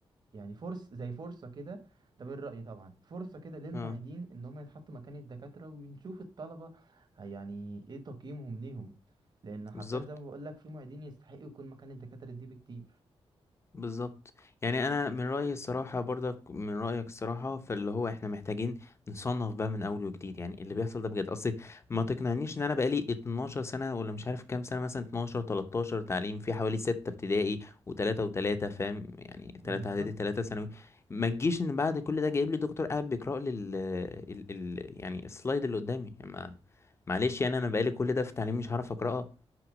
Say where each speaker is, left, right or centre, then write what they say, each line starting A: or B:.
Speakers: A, on the right; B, on the left.
A: يعني فرص زي فرصة كده ده من رأيي طبعا فرصة كده للمعيدين
B: اه
A: ان هم يتحطوا مكان الدكاترة ونشوف الطلبة هي- يعني ايه تقييمهم ليهم لان حرفيا
B: بالظبط
A: زي ما بقول لك في معيدين يستحقوا يكون مكان الدكاترة دي بكتير
B: بالظبط يعني انا من رايي الصراحه برضك من رايك الصراحه فاللي هو احنا محتاجين نصنف بقى من اول وجديد يعني اللي بيحصل ده بجد اصل ما تقنعنيش ان انا بقالي 12 سنه ولا مش عارف كام سنه مثلا 12 13 تعليم في حوالي 6 ابتدائي و3 و3 فاهم يعني
A: مم،
B: 3
A: بالظبط
B: اعدادي 3 ثانوي ما تجيش ان بعد كل ده جايب لي دكتور قاعد بيقرا لي ال ال ال يعني السلايد اللي قدامي يعني ما معلش يعني انا بقالي كل ده في تعليم مش هعرف اقراها